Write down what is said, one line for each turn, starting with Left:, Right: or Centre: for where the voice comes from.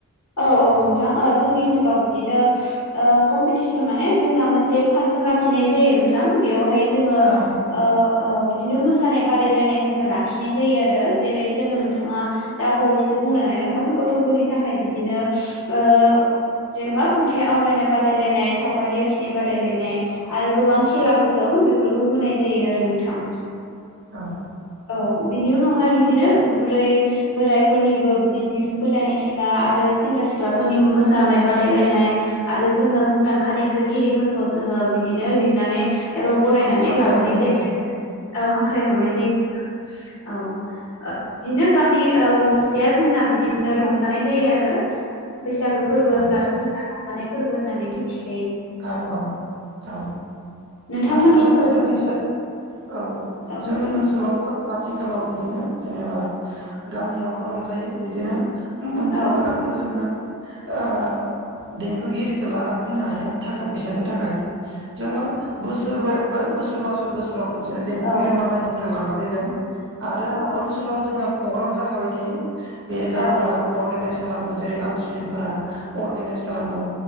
Left: औ औ नोंथां ओ जोंनि ओनसोलाव बिदिनो ओ कम्पिटिसन माने जोंना मोनसे फान- सन लाखिनाय जायो नोंथां बेवहाय जोङो
Right: औ
Left: ओ औ बिदिनो मोसानाय बादायलायनाय जोङो लाखिनाय जायो आरो जेरै जोङो नोंथाङा दा बावैसो बुंलनानै रखम गथ फोरनि थाखाय बिदिनो ओ जेनबा खन्थाइ आवरायनाय बादायलायनाय सावगारि आखिनाय बादायलायनाय आरो गोबां खेलाफोर दं बेफोरखौ होनाय जायो आरो नोंथां
Right: औ
Left: औ बिनि उनावहाय बिदिनो बुरै बोरायफोरनिबो बिदिनो दिरुं बोलायनाय खेला आरो सेंग्रा सिख्लाफोरनिबो मोसानाय बादायलायनाय आरो जोङो मुंदांखा देंखोगिरिफोरखौ जोङो बिदिनो लिंनानै एबा बरायनानै
Right: हाग्रा
Left: लाबोनाय
Right: एवनाय
Left: जायो
Right: आरो
Left: औ हांख्रायहरनाय जायो औ बिदिनो गामि ओ गंसेया जोंना बिदिनो रंजानाय जायो आरो बैसागो फोरबो
Right: औ
Left: होनब्लाथ जोंना रंजानाय फोरबो होननानै मिथियो
Right: औ औ औ
Left: नोंथांमोननि
Right: आरो दा
Left: ओनसोलथिं
Right: जोंनि से औ
Left: औ
Right: जोंनि ओनसोलावबो आथिखालाव बिदिनो जेनेबा गामियावबो रंजायो बिदिनो मोनफ्रोमबो
Left: औ
Right: गामियाव जोङो ओ देंखोगिरिखो लाना फैनो हायो थाखा फैसानि थाखाय जोङो बोसोरबो- बोसोरबा सय बोसोराव मोनसे देंखोगिरि
Left: औ
Right: मालायनिफ्राय लाना फैगोन आरो
Left: औ
Right: ओनसोलाव जोंहा प्रग्राम जाखाबाय थायो बे जायफोरा
Left: औ
Right: अर्गेनाइस खालामो जेरै आनसलिकफोरा अर्गेनाइस खालामो